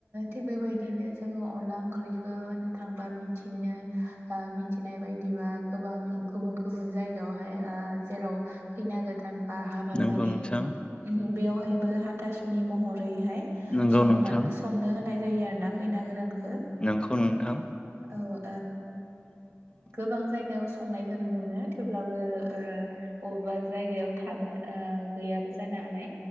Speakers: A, on the right; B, on the left.
A: थिग बेबायदिनो जोङो अनला ओंख्रिखौ होनो थांबा मिथि बिनो मिथिनाय बायदिबा गोबां गुबुन गुबुन जायगायावहाय जेराव खैना गोदान बा हाबा
B: नंगौ
A: जायो
B: नोंथां
A: उम बेवहायबो हाथासुनि महरैहाय
B: नंगौ
A: संना
B: नोंथां
A: संनो होनाय जायो आरो ना खैना गोदानखो।
B: नोंखौ नोंथां
A: औ ओ
B: <inaudible>
A: गोबां जायगायाव संनायखो नुनो मोनो थेवब्लाबो अबेबा जायगायाव थानो ओ गैयाबो जानो हानाय।